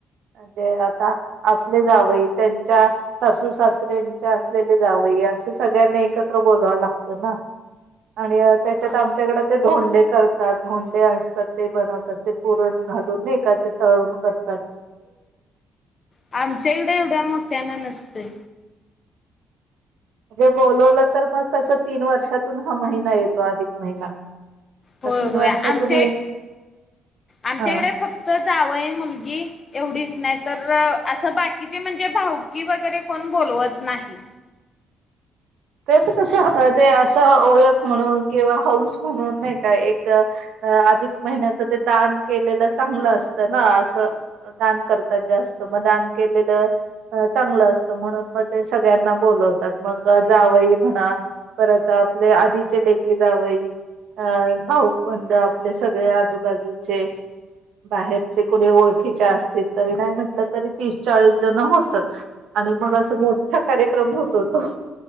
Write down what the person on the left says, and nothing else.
हा
आमच्या इकडं एवढ्या मोठ्याना नसतय
होय,
होय
आमचे
आमच्याकडे
फक्त जावंय मुलगी एवढीच नाही तर असं बाकीची म्हणजे भाऊकी वगैरे कोण बोलवत नाही